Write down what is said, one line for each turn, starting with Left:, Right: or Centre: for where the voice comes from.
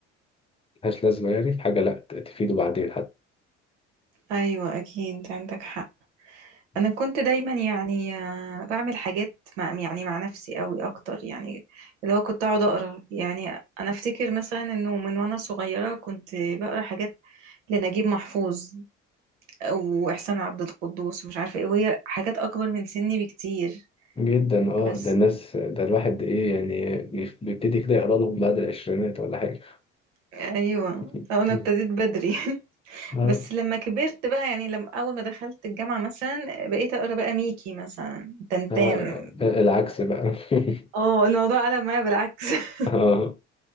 Left: ملهاش لازمة يعني في حاجة لأ تفيده بعدين
Right: ايوه اكيد عندك حق
Left: حتى
Right: انا كنت دايما يعني آه، بعمل حاجات مع يعني مع نفسي قوي اكتر يعني اللي هو كنت اقعد اقرا يعني انا افتكر مثلا انه من وانا صغيره كنت بقرا حاجات لنجيب محفوظ او احسان عبد القدوس ومش عارفه ايه وهي حاجات اكبر من سني بكتير
Left: جدا اه
Right: بس
Left: ده الناس ده الواحد ايه يعني بيبتدي كده يقرا لهم بعد العشرينات ولا حاجة
Right: ايوه
Left: <laughs>
Right: انا ابتديت بدري <laughs>
Left: آه.
Right: بس لما كبرت بقى يعني لما اول ما دخلت الجامعه مثلا بقيت اقرا بقى ميكي مثلا تنتان
Left: آه. العكس بقى <laughs>
Right: اه الموضوع قلب معايا بالعكس <laughs>
Left: آه.